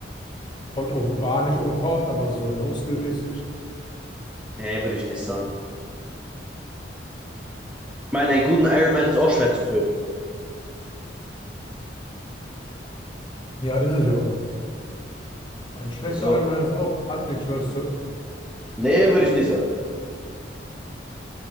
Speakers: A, on the left (about 25°); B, in the centre.
A: voll over, ah, nicht overpowered, aber so No-Skill-mäßig.
B: Nee, würde ich nicht sagen. Ich meine, einen guten Iron Man ist auch schwer zu töten.
A: Ja, ist es ja. Ein schlechter
B: So.
A: Iron Man ist auch halbwegs schwer zu töten.
B: Nee, würde ich nicht sagen.